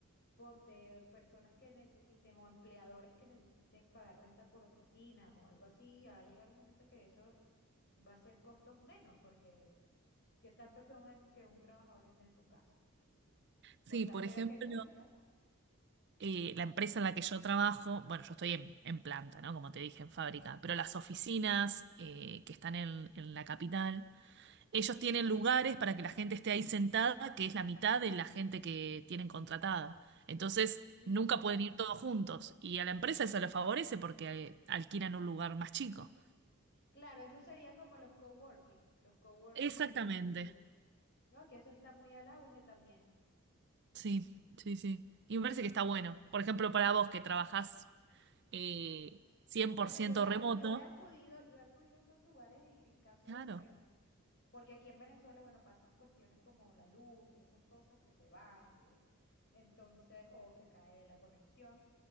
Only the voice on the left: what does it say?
ponte personas que necesiten o empleadores que necesiten pagar renta por oficinas o algo así. Va a llegar un momento que eso va a ser costos menos, porque qué tanto que un, em- que un trabajador esté en su casa.
Con tal
se
vea que cumpla.
Mm.
Claro, eso serían como los coworking, los coworking
y, y eso. No, que eso está muy al auge también.
Sí.
Bueno,
yo he,
yo he acudido, yo he acudido a esos lugares en, en casos
extremos, porque aquí en Venezuela, bueno, pasan cuestiones como la luz y esas cosas que se va y- entonces, o se cae la conexión.